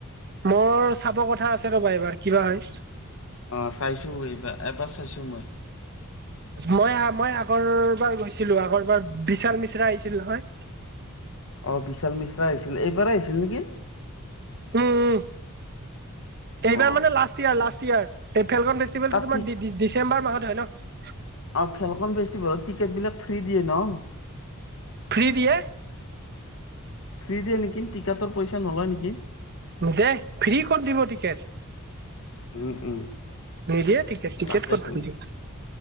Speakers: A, on the right; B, on the left.
A: মোৰ চাব কথা আছে ৰ'বা এইবাৰ কিবা হয়।
B: অঁ চাইছো এইবাৰ এবাৰ চাইছো মই।
A: মই মই আগৰবাৰ গৈছিলো আগৰবাৰ বিশাল মিশ্ৰা আহিছিল নহয়।
B: অঁ বিশাল মিশ্ৰা আহিছিল, এইবাৰেই আহিছিল নেকি?
A: উম উম। এইবাৰ
B: অ
A: মানে লাষ্ট ইয়াৰ লাষ্ট ইয়াৰ এই ফেলকন ফেষ্টিভেলটো
B: তাত
A: তোমাৰ
B: টিক
A: ডিচেম্বৰ মাহত হয় ন।
B: অঁ ফেলকন ফেষ্টিভেলত টিকেট বিলাক ফ্ৰী দিয়ে ন?
A: ফ্ৰী দিয়ে?
B: ফ্ৰী দিয়ে নেকি টিকটৰ পইচা নলয় নেকি।
A: নিদিয়ে ফ্ৰী কত দিব টিকেট।
B: উম উম।
A: নিদিয়ে টিকেট টিকেট
B: তাকেতো
A: কত ফ্ৰী দিব,